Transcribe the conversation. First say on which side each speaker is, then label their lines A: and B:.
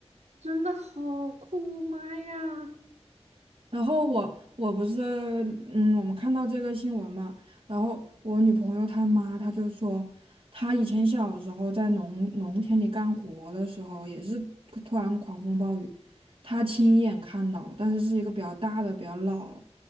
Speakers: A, on the right (about 80°); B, on the right (about 55°).
A: 真的好酷，妈呀！
B: 然后我我不是嗯，我们看到这个新闻嘛，然后我女朋友她妈她就说，她以前小时候在农农田里干活的时候，也是突然狂风暴雨，她亲眼看到了，但是是一个比较大的、比较老了，